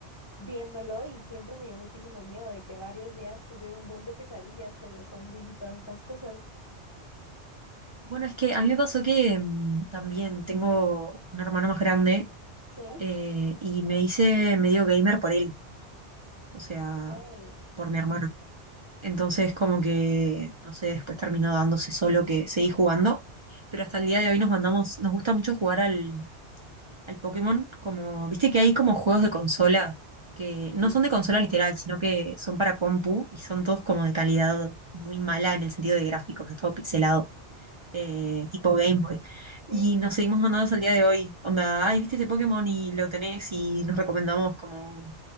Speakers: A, on the left; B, on the right.
A: viéndolo y siempre me dio muchísimo miedo de que varios días tuve un buen de pesadillas con los zombies y todas estas cosas.
B: Bueno, es que a mí me pasó que mm, también tengo un hermano más grande
A: Sí.
B: eh, y me hice medio gamer por él, o sea,
A: Ok.
B: por mi hermano. Entonces, como que, no sé, después terminó dándose solo que seguí jugando, pero hasta el día de hoy nos mandamos, nos gusta mucho jugar al, al Pokémon, como, viste que hay como juegos de consola que
A: Sí,
B: no son de consola literal, sino que son para compu y son todos como de calidad muy mala en el sentido de gráficos, es todo pixelado eh, tipo Game Boy.
A: Sí,
B: Y nos seguimos mandando hasta el día de hoy. Onda, ay, viste este Pokémon y lo tenés y nos recomendamos como